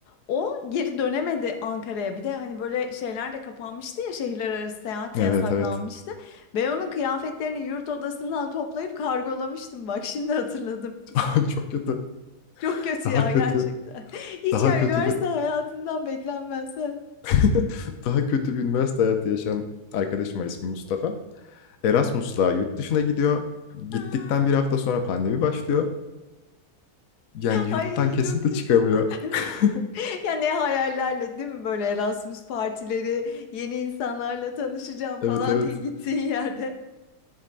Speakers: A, on the left; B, on the left.
A: O geri dönemedi Ankara'ya. Bir de hani böyle şeyler de kapanmıştı ya şehirler arası seyahat de
B: Evet
A: yasaklanmıştı.
B: evet.
A: Ben onun kıyafetlerini yurt odasından toplayıp kargolamıştım. Bak şimdi hatırladım.
B: <laughs> Çok kötü.
A: Çok kötü
B: Daha
A: ya
B: kötü.
A: gerçekten. <laughs> Hiç
B: Daha
A: ya
B: kötü
A: üniversite
B: bir
A: hayatından beklenmez. ha.
B: <laughs> daha kötü bir üniversite hayatı yaşayan arkadaşım var ismi Mustafa. Erasmus'la yurt dışına gidiyor. Gittikten
A: <laughs>
B: bir hafta sonra pandemi başlıyor. Yani yurttan
A: Ay
B: kesinlikle
A: çok kötü.
B: çıkamıyor. <laughs>
A: <laughs> Ya ne hayallerle değil mi böyle Erasmus partileri, yeni insanlarla tanışacağım
B: Evet
A: falan
B: evet.
A: diye gittiğin yerde.